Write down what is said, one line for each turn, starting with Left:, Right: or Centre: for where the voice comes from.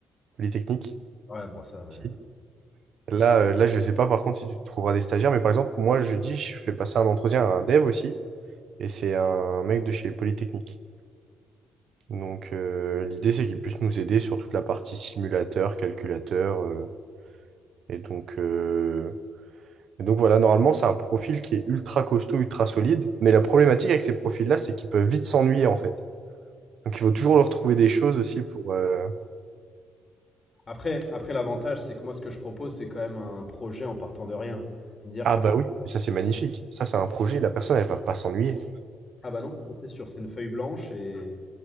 Right: Polytechnique.
Left: Ouais, bon ça. ouais.
Right: Si. Là, euh, là, je sais pas par contre si tu trouveras des stagiaires, mais par exemple, moi je dis, je fais passer un entretien à un dev aussi, et c'est un mec de chez Polytechnique. Donc euh, l'idée c'est qu'il puisse nous aider sur toute la partie simulateur, calculateur, euh, et donc euh, Et donc voilà, normalement, c'est un profil qui est ultra costaud, ultra solide. Mais la problématique avec ces profils-là, c'est qu'ils peuvent vite s'ennuyer, en fait. Donc il faut toujours leur trouver des choses aussi pour... euh,
Left: Après, après l'avantage, c'est que moi ce que je propose, c'est quand même un projet en partant de rien. Dire
Right: Ah
Left: que
Right: bah oui, ça c'est magnifique. Ça, c'est un projet, la personne, elle va pas s'ennuyer.
Left: Ah bah non, ça, c'est sûr, c'est une feuille blanche et,